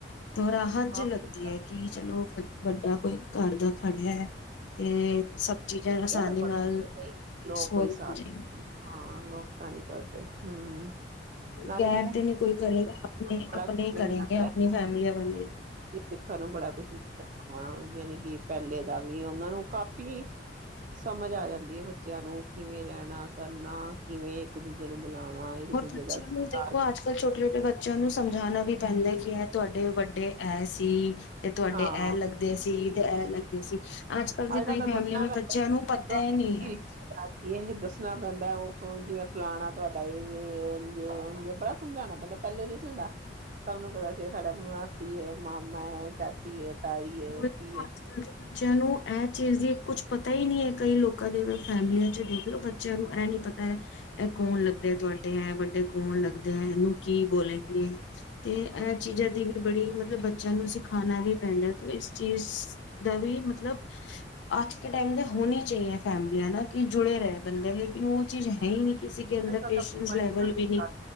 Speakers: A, on the left; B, on the right.
A: ਤੇ ਰਾਹਤ
B: ਹਾਂ
A: ਜੀ ਲੱਗਦੀ
B: ਇਹ ਤਾਂ
A: ਏ ਕੀ ਚਲੋ ਵੱਡਾ ਕੋਈ ਘਰ ਦਾ ਖੜਿਆ ਹੈ ਤੇ- ਸਭ ਚੀਜ਼ਾਂ ਆਸਾਨੀ
B: ਇਹ ਤਾਂ ਬੜਾ
A: ਨਾਲ
B: ਸਹੀ ਲੋਕ
A: ਸੋਲਵ
B: ਕੋਈ
A: ਹੋ
B: ਸਾਥ
A: ਜਾਏਂਗੀ।
B: ਹਾਂ ਲੋਕ ਤਾਂ ਨੀ ਕਰਦੇ, ਹੂ। ਨਾਲੇ
A: ਗੈਰ
B: ਪਤਾ
A: ਤੇ
B: ਕੀ
A: ਨਹੀਂ ਕੋਈ ਕਰੇਗਾ ਆਪਣੇ
B: ਬੜਾ
A: ਆਪਣੇ
B: ਕੁਛ
A: ਹੀ
B: ਮਿਲ
A: ਕਰੇਗੇ
B: ਜਾਂਦਾ,
A: ਆਪਣੀ ਫੈਮਲੀਆਂ ਵਾਲੇ।
B: ਸਿੱਖਣ ਨੂੰ ਬੜਾ ਕੁਛ ਮਿਲ ਜਾਂਦਾ, ਹਾਂ ਯਾਨੀ ਕਿ ਪਹਿਲੇ ਦਾ ਵੀ ਉਹਨਾਂ ਨੂੰ ਕਾਫ਼ੀ ਸਮਝ ਆ ਜਾਂਦੀ ਏ ਬੱਚਿਆਂ ਨੂੰ, ਕਿਵੇਂ ਰਹਿਣਾ, ਕਰਨਾ, ਕਿਵੇਂ ਇੱਕ ਦੂਜੇ ਨੂੰ ਬੁਲਾਉਣਾ ਇੱਕ
A: ਹੋਰ
B: ਦੂਜੇ
A: ਬੱਚਿਆਂ
B: ਦਾ ਸਤਿਕਾਰ
A: ਨੂੰ ਦੇਖੋ, ਅੱਜ ਕੱਲ੍ਹ ਛੋਟੇ ਛੋਟੇ ਬੱਚਿਆਂ ਨੂੰ ਸਮਝਾਣਾ ਵੀ ਪੈਂਦਾ ਕੀ- ਕਿ ਤੁਹਾਡੇ ਵੱਡੇ ਐ ਸੀ। ਤੇ ਤੁਹਾਡੇ
B: ਹਾਂ
A: ਇਹ
B: ਹਾਂ
A: ਲੱਗਦੇ ਸੀ, ਤੇ ਇਹ ਲੱਗਦੇ ਸੀ। ਅੱਜ ਕੱਲ੍ਹ ਦੇ
B: ਕੱਲ
A: ਕਈ
B: ਤਾਂ ਦੱਸਣਾ
A: ਫੈਮਲੀਆਂ
B: ਪੈਂਦਾ
A: ਬੱਚਿਆਂ ਨੂੰ ਪਤਾ
B: ਤੁਹਾਡੀ
A: ਈ ਨਹੀਂ ਹੈ।
B: ਰਿਸ਼ਤੇਦਾਰੀ ਇਹ ਦੱਸਣਾ ਪੈਂਦਾ ਉਹ ਜਿਵੇਂ ਫਲਾਣਾ ਤੁਹਾਡਾ ਏ ਵੇ, ਉਂਜ ਜੇ ਬੜਾ ਸਮਝਾਣਾ ਪੈਂਦਾ। ਪਹਿਲੇ ਨੀ ਸੀ ਹੁੰਦਾ। ਸਭ ਨੂੰ ਪਤਾ ਸੀ ਸਾਡਾ ਮਾਸੀ ਏ, ਮਾਮਾ ਏ, ਚਾਚ- <unintelligible> ਤਾਈ ਏ
A: ਉਹੀ ਤਾਂ
B: ਕੀ ਏ।
A: ਅੱਜ-ਕੱਲ੍ਹ ਦੇ ਬੱਚਿਆਂ ਨੂੰ ਇਹ ਚੀਜ਼ ਦੀ ਕੁਛ ਪਤਾ ਈ ਨੀ ਐ। ਕਈ ਲੋਕਾਂ ਦੇ ਫੈਮਲੀਆਂ ਚ ਦੇਖ ਲਓ ਬੱਚਿਆਂ ਨੂੰ ਇਹ ਨੀ ਪਤਾ ਐ ਕੌਣ ਲੱਗਦਾ ਤੁਹਾਡੇ। ਐ ਵੱਡ- ਡੇ ਕੌਣ
B: ਹੂੰ
A: ਲੱਗਦੇ ਐ? ਇਨੂੰ ਕੀ ਬੋਲਗੇ? ਤੇ ਐ ਚੀਜ਼ਾਂ ਦੀ ਵੀ ਬੜੀ ਮਤਲਬ ਬੱਚਿਆਂ ਨੂੰ ਸਿਖਾਣਾ ਵੀ ਪੈਂਦਾ। ਇਸ ਚੀਜ਼ ਦਾ ਵੀ ਮਤਲਬ ਅੱਜ ਕੇ ਟਾਈਮ ਮੇ ਹੋਣੀ ਚਾਹੀਏ ਫੈਮਲੀਆਂ ਨਾ ਕਿ ਜੁੜੇ ਰਹੇ ਬੰਦੇ। ਲੇਕਿਨ ਉਹ ਚੀਜ਼ ਹੈ ਈ ਨੀ। ਕਿਸੀ ਕੇ ਅੰਦਰ
B: ਅੱਜ ਕੱਲ
A: ਪੇਸ਼ੈਂਸ
B: ਤਾਂ ਮੋਬਾਇਲਾਂ
A: ਲੈਵਲ ਵੀ ਨ